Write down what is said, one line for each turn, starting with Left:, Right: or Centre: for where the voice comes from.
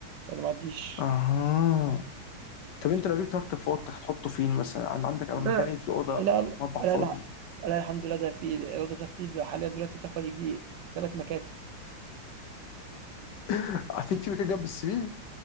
Right: انا ما عنديش
Left: اها طب انت لو جبت مكتب في اوضتك هتحطه فين مثلا عن- عندك مكان
Right: لا
Left: ايه في اوضه
Right: لا لا
Left: مطبخ
Right: لا,
Left: فاضي
Right: لا لا الحمد لله ده في الأوضة بتاعتي ده حاليا دلوقتي تاخد يجي ثلاث مكاتب
Left: <laughs> في في مكان جنب السرير